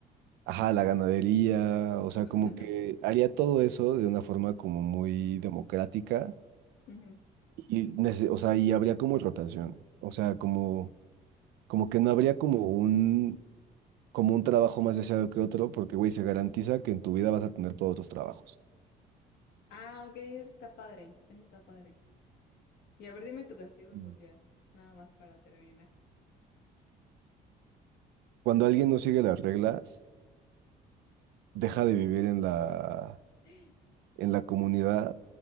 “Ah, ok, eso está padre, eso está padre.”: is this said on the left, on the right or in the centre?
Left